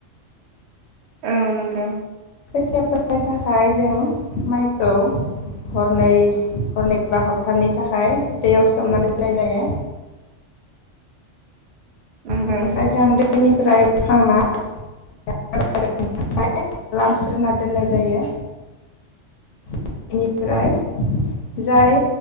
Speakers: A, on the right; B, on the left.
A: औ नंगौ
B: खोथियाफोरनो थाखाय जों माइखौ हरनै हरनै बा हरथामनि थाखाय दैयाव सोमना दोननाय जायो
A: नंगौ
B: ओमफ्राय जों दै बेनिफ्राय बोखांना <unintelligible> लामस्रोनना दोननाय जायो बेनिफ्राय जाय